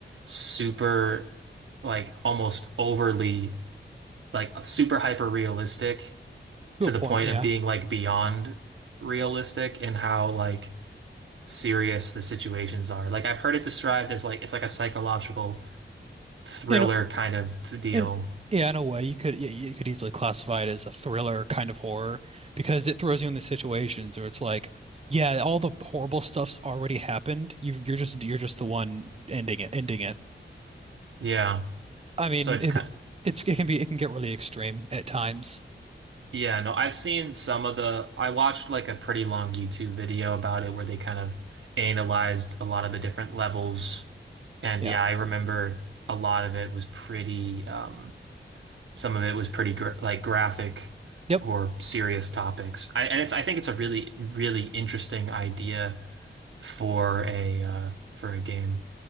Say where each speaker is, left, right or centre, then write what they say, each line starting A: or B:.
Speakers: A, on the right; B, on the right.
A: super like almost overly like super hyper realistic
B: to
A: to
B: a point.
A: the point
B: Yeah,
A: of being like beyond realistic in how like serious the situations are. Like I've heard it described as like it's like a psychological thriller
B: in a-
A: kind of deal.
B: in yeah, in a way, you could you you could easily classify it as a thriller kind of horror because it throws you in the situations where it's like, yeah, all the horrible stuff's already happened. You you're just you're just the one ending it ending it.
A: Yeah.
B: I mean,
A: So it's
B: it
A: kind
B: it's it can be it can get really extreme at times.
A: yeah, no, I've seen some of the I watched like a pretty long YouTube video about it where they kind of analyzed a lot of the different levels. And
B: Yeah.
A: yeah, I remember a lot of it was pretty um some of it was pretty gr like graphic
B: Yep.
A: or serious topics. I and it's I think it's a really really interesting idea for a uh for a game.